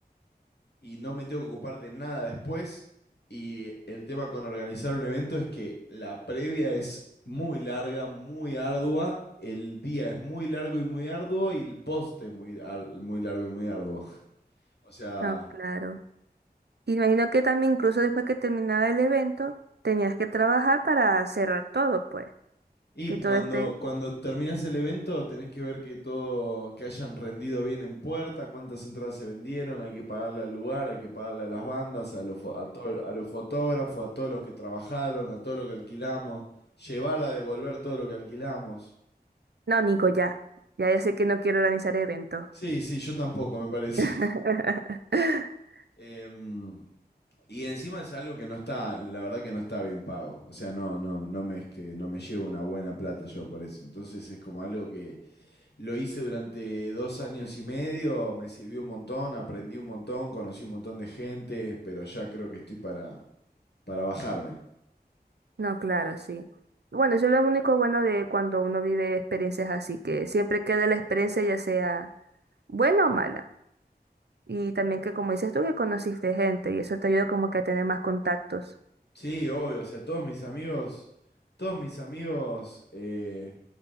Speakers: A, on the left; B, on the right.
A: y no me tengo que ocupar de nada después. Y el tema con organizar un evento es que la previa es muy larga, muy ardua, el día es muy largo y muy arduo y el post es muy, ar- muy largo y muy arduo. O sea,
B: Ah, claro. Y me imagino que también incluso después que terminaba el evento, tenías que trabajar para cerrar todo, pues.
A: Y
B: Que
A: cuando,
B: todo esté.
A: cuando terminás el evento tenés que ver que todo, que hayan rendido bien en puerta, cuántas entradas se vendieron, hay que pagarle al lugar, hay que pagarle a las bandas, a los, fo- a todo- a los fotógrafos, a todos los que trabajaron, a todo lo que alquilamos, llevar a devolver todo lo que alquilamos.
B: No, Nico, ya. Ya, ya sé que no quiero organizar eventos.
A: Sí, sí, yo tampoco, me parece.
B: <laughs>
A: <laughs> Em, y encima es algo que no está, la verdad que no está bien pago. O sea, no, no, no me es que no me llevo una buena plata yo por eso. Entonces es como algo que Lo hice durante dos años y medio, me sirvió un montón, aprendí un montón, conocí un montón de gente, pero ya creo que estoy para, para bajarme.
B: No, claro, sí. Bueno, eso es lo único bueno de cuando uno vive experiencias así, que siempre queda la experiencia ya sea buena o mala. Y también que como dices tú, que conociste gente y eso te ayuda como que a tener más contactos.
A: Sí, obvio, o sea, todos mis amigos, todos mis amigos eh,